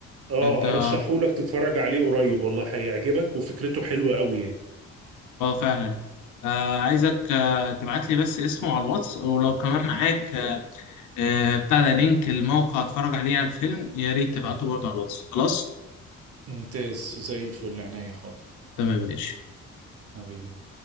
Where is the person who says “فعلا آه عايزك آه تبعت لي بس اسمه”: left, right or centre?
Left